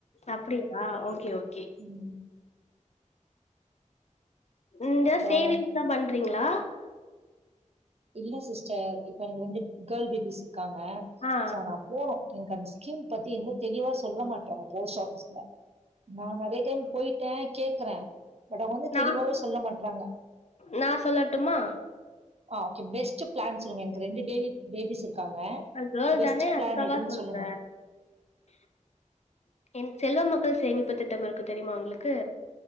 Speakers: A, on the left; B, on the right.
A: அப்டியா ஓகே ஓகே
B: ம்
A: இந்த
B: அப்புறோ
A: சேவிங்ஸ்ல்லா பண்றீங்களா
B: இல்ல சிஸ்டர் இப்ப எனக்கு வந்து கேர்ள் பேபிஸ் இருக்காங்க
A: ஆ
B: சோ நா போனு எனக்கு அந்த ஸ்கீம் பத்தி இன்னு தெளிவா சொல்ல மாட்டறாங்க போஸ்ட் ஆஃபீஸ்ல நா நெறய டைம் போயிட்டே கேக்குறே பட் அவங்க வந்து
A: நா
B: தெளிவாவே சொல்ல மாட்றாங்க
A: நா சொல்லட்டுமா
B: ஆ ஓகே பெஸ்ட் பிளான் சொல்லுங்க எனக்கு ரெண்டு பேபி பேபிஸ் இருக்காங்க
A: அது கேர்ள்
B: பெஸ்ட்
A: தானே அதுக்காக
B: பிளான் எதுன்னு
A: சொல்றே
B: சொல்லுங்க?
A: என் செல்வ மகள் சேமிப்பு திட்டம் இருக்கு தெரியுமா உங்களுக்கு